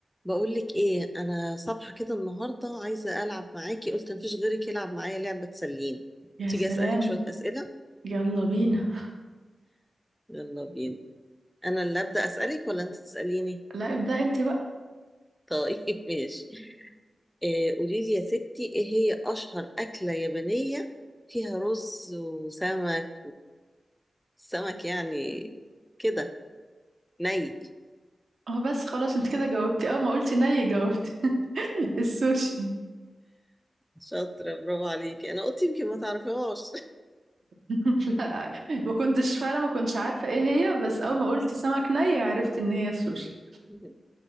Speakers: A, in the centre; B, on the right.
A: بقولك ايه انا صبحة كده النهاردة عايزة العب معاكي قلت مفيش غيرك يلعب معايا لعبة تسليني
B: يا
A: تيجي
B: سلام
A: اسألك شوية اسئلة
B: يلا بينا <laughs>
A: يلا بينا انا اللي ابدأ اسألك ولا انت تسأليني
B: لا ابدأ انت بقى
A: طيب <laughs> ماشي إيه قولي لي يا ستي ايه هي اشهر اكلة يابانية فيها رز وسمك وسمك يعني كده ني
B: اه بس خلاص انت كده جاوبتي اول ما قلتي ني جاوبتي <laughs> السوشي
A: شاطرة برافو عليكي انا قلت يمكن ما تعرفيهاش
B: <laughs> لا ما كنتش فعلا ما كنتش عارفة ايه هي بس اول ما قلتي سمك ني عرفت ان هي السوشي
A: <laughs>